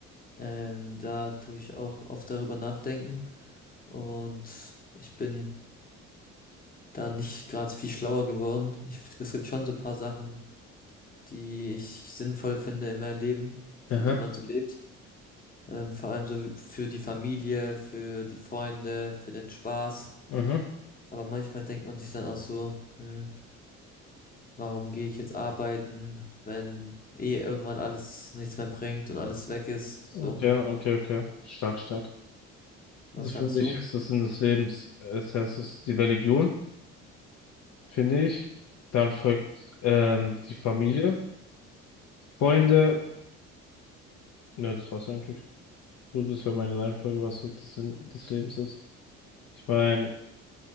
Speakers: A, on the left; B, on the left.
A: ähm, da tue ich auch oft darüber nachdenken. Und ich bin da nicht gerade viel schlauer geworden. Ich, es gibt schon so ein paar Sachen, die ich sinnvoll finde in meinem Leben, für
B: Aha.
A: die man so lebt. Ähm, vor allem so für die Familie, für die Freunde, für den Spaß.
B: Mhm.
A: Aber manchmal denkt man sich dann auch so, hm, warum gehe ich jetzt arbeiten, wenn eh irgendwann alles nichts mehr bringt und alles weg ist?
B: Okay,
A: So,
B: okay, okay. Stark, stark.
A: was
B: Also für
A: sagst
B: mich
A: du?
B: ist das Sinn des Lebens. Es heißt, es ist die Religion, finde ich. Dann folgt ähm, die Familie, Freunde. Ne, das war's eigentlich. So, das wäre meine Reihenfolge, was so das Sinn des Lebens ist. Ich meine,